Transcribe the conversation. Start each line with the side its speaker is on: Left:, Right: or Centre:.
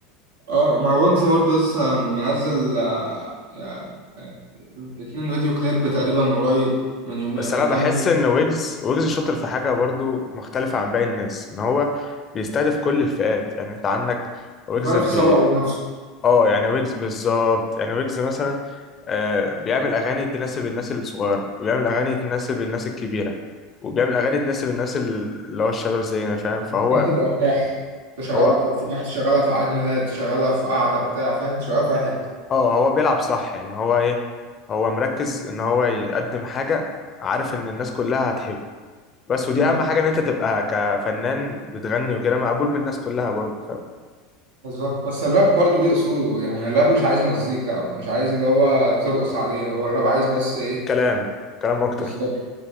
Right: اه مع ويجز برضه لسه منزل آه، يعني آه، اتنين فيديو كليب تقريبا قريب من يومين
Left: بس
Right: من
Left: انا بحس
Right: كام يوم
Left: ان
Right: كده
Left: ويجز ويجز شاطر في حاجه برضه مختلفه عن باقي الناس ان هو بيستهدف كل الفئات يعني انت عندك ويجز
Right: بيعرف
Left: بي
Right: يسوق لنفسه
Left: اه يعني ويجز بالظبط يعني ويجز مثلا آه بيعمل اغاني تناسب الناس الصغيره وبيعمل اغاني تناسب الناس الكبيره وبيعمل اغاني تناسب الناس ال- اللي هو الشباب زينا فاهم فهو
Right: بيناسب أفراح تشغلها
Left: هو
Right: في أفراح تشغلها في عيد ميلاد تشغلها في قعدة بتاع فاهم تشغلها في أي حتة
Left: اه هو بيلعب صح يعني هو ايه هو مركز ان هو يقدم حاجة عارف ان الناس كلها هتحبه بس ودي
Right: أمم،
Left: اهم حاجة ان انت تبقى كفنان بتغني وكده مقبول من الناس كلها برضه فاهم
Right: بالظبط بس الراب برضه ليه أصوله يعني الراب مش عايز مزيكا مش عايز اللي هو ترقص عليه هو الراب عايز بس إيه
Left: كلام كلام اكتر
Right: بالظبط